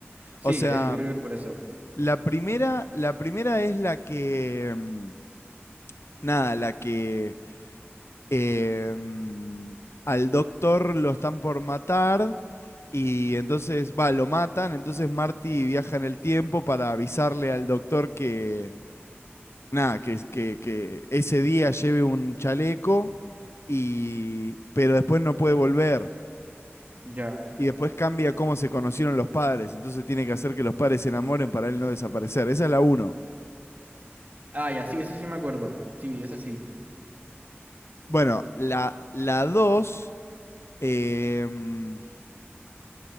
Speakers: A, on the right; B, on the left.
A: Sí,
B: O sea,
A: es- yo creo que es por eso.
B: la primera, la primera es la que... mm, Nada, la que... eh, mm, al doctor lo están por matar y entonces, va, lo matan, entonces Marty viaja en el tiempo para avisarle al doctor que, Nada, que, que, que ese día lleve un chaleco y. pero después no puede volver.
A: Ya.
B: Y después cambia cómo se conocieron los padres. Entonces tiene que hacer que los padres se enamoren para él no desaparecer. Esa es la uno.
A: Ah, ya, sí, ese sí me acuerdo. Sí, esa sí.
B: Bueno, la, la dos. em,